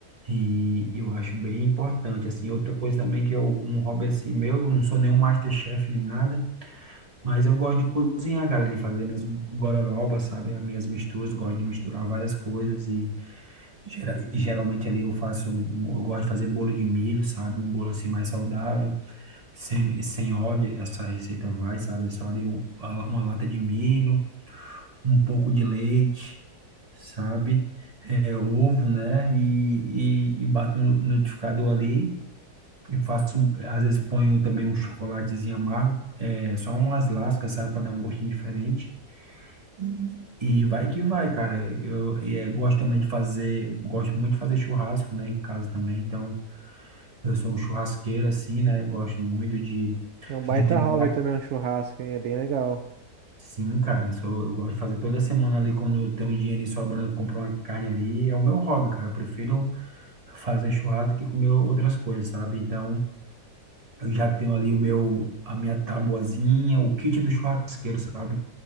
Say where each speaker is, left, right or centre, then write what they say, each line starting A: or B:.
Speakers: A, on the right; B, on the right.
A: E eu acho bem importante, assim. Outra coisa também que é um hobby assim meu, eu não sou nenhum MasterChef nem nada, mas eu gosto de cozinhar, cara, ali fazer minhas gororobas, sabe? As minhas misturas, gosto de misturar várias coisas e, gera- e geralmente ali eu faço um, um- eu gosto de fazer bolo de milho, sabe? Um bolo assim mais saudável, sem, sem óleo, essa receita vai, sabe? É só ali um- uma lata de milho um pouco de leite, sabe? É, ovo, né? E, e, e bato no no liquidificador ali. E faço, um, às vezes ponho também um chocolatezinho amargo, é, só umas lascas, sabe? Para dar um gostinho diferente. E, e vai que vai, cara. Eu, é, gosto também de fazer, gosto muito de fazer churrasco, né? Em casa também. Então, eu sou um churrasqueiro, assim, né? Gosto muito de,
B: É um baita
A: de temperar
B: hobby também, um churrasco, hein? É bem legal.
A: Sim, cara, isso eu, eu gosto de fazer toda semana ali, quando eu tenho um dinheirinho sobrando, eu compro uma carne ali, é o meu hobby, cara, eu prefiro fazer churrasco que comer outras coisas, sabe? Então, eu já tenho ali o meu, a minha tabuazinha, o kit do churrasqueiro, sabe?